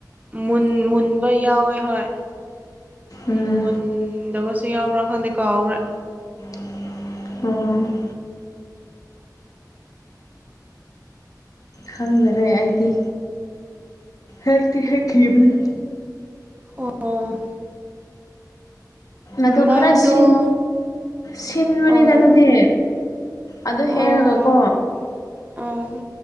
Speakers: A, on the right; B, on the left.
A: ꯟ ꯃꯨꯟꯕ ꯌꯥꯎꯋꯦ ꯍꯣꯏꯟ
B: ꯎꯝ
A: ꯑꯁ ꯌꯥꯝꯎꯕꯔ ꯈꯪꯗꯦ ꯀꯥꯕꯔ
B: ꯎ ꯈꯪꯗꯔꯦ ꯑꯩꯗꯤ ꯍꯦꯛꯇꯤ ꯍꯦꯛꯈꯤꯕꯅꯤ
A: ꯑꯣ
B: ꯑꯗꯨ
A: ꯃꯥꯗꯣ
B: ꯈꯔ ꯁꯤꯟ ꯁꯤꯟꯕꯅꯤꯗ
A: ꯑꯣ
B: ꯑꯗꯨꯗꯤ ꯑꯗꯨꯗꯣ
A: ꯑꯣ
B: ꯍꯦꯔꯒ ꯀꯣ
A: ꯑꯣ